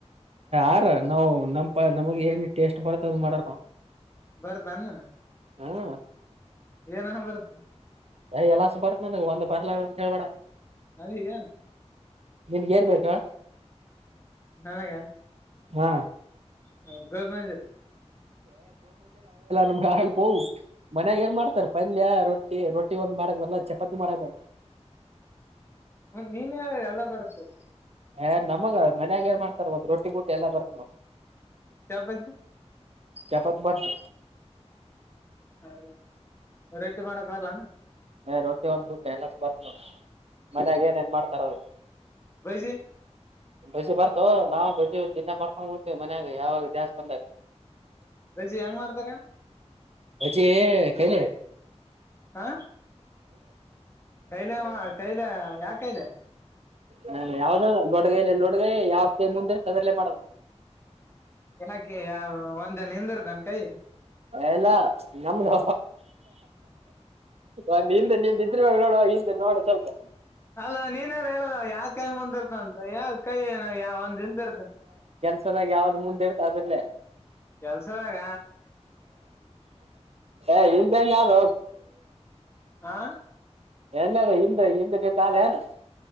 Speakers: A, on the right; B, on the left.
A: ಆರ ನಾವವು ನಮಪ ನಮಗ್ ಏನ್ ಟೇಸ್ಟ್ ಮಾಡತ್ತ ಅದ ಮಾಡಾರ ನಾವ್
B: ಬರ್ದ ಅನ್ನನ
A: ಹ್ಮ
B: ಏನ ಬರ್ದುು
A: ಯ ಎಲ್ಲಸ ಬರ್ಕ್ ನನ್ಗ ಒಂದ್ ಬರ್ಲ ಅಂತ ಕೇಳ್ಬೇಡ
B: ಅ ಹಯ
A: ನಿನ್ಗ ಏನ್ ಬೇಕಾ
B: ನನಾಗ
A: ಹ್ಮ
B: ಹ ದದ ಮಜರ
A: ನಮ್ಗೆ ಆಪ ಮನ್ಯಾಗ ಏನ್ ಮಾಡ್ತಾರೆ ಪಂದ್ಯ ರೊಟ್ಟಿ ಟ್ಟಿ ರೊಟ್ಟಿ ಒಂದ್ ಮಾಡಕ್ ಬರಲ್ಲ ಚಪಾತಿ ಮಾಡಕ್ ಬರ
B: ಹ ನೀನೇ ಎಲ್ಲ ಬರ್ತದೆ
A: ಏ ನಮಗ ಮನ್ಯಾಗ ಏನ್ ಮಾಡ್ತಾರ ಒದ ರೋಟಿ ಬೂಟ್ಟಿ ಎಲ್ಲಾ ಬರ್ತವು
B: ಚ ಬಂದದು
A: ಚಪಾತಿ ಬರ್ತು
B: ಹೌ ರೇಟಿ ಮಾಡಕ್ ಬರಲ್ಲಾನ
A: ಏ ರೊಟ್ಟಿ ಒಂದ್ ಊಟ ಎಲ್ಲಸು ಬರ್ತ್ ನೋಡ ಮನ್ಯಾಗ ಏನೇನ್ ಮಾಡ್ತಾರದು
B: ಬಜ್ಜಿ
A: ಬಜಿ ಬರ್ತೋ ನಾವು ಬಜ ದಿಂದ ಮಾಡ್ಕೊಂಡ್ಬಡ್ತೀವಿ ಮನ್ಯಾಗ ಯಾವಾಗ ಜಾಸ್ ಬಂದಾಗ
B: ರಜೆ ಹೆಂಗ್ ಮಾಡ್ತಾರ
A: ಪೆ ಕೆಲ್ಲ
B: ಹ ಕೈಲ ಕೈಲ ಯಾ ಕೈಲೆ
A: ಹ ಯಾವ್ದ ಬಡಗೈಯ ಲೋಡ್ಗೈ ಯಾವತಿ ಮುಂದ ತದಲೆೇ ಮಾಡದು <inaudible>
B: ಏನಕ ಯಾವ ಒಂದ್ ಜನ ಹಿಂದರ್ದನ್ ಕೈ
A: ಎಲ್ಲ ನಮ್ದ ಒಂದ್ ಹಿಂದೆ ನಿಿದ್ರ ಮಾಗ ನೋಡುವ ಹಿಂದೆ ನೋಡ ಸ್ವಲ್ಪ
B: ಅಲ್ಲ ನೀನ್ಲ್ಲ ಹೇಳುದ ಯಾವ ಕೈ ಮುಂದ್ ಇರ್ತಂತ ಯಾವ ಕೈ ಯಾವ ಒಂದ್ ಹಿಂದ ಇರ್ತ
A: ಚೆನ್ನಾಗಿ ಯಾವ್ದು ಮುಂದೆ ಇರ್ತ ಅದ್ರಲ್ಲೇ
B: ಕೆಲ್ಸವಾಗ
A: ಹಾ ಇಮ್ದ ಹೆಂಗ ಯಾವ್ದ
B: ಹಾ
A: ಎಲ್ಲಾರ ಹಿಂದೆ ಹಿಂದಕ್ಕೆಂತ ಅ ಏನು..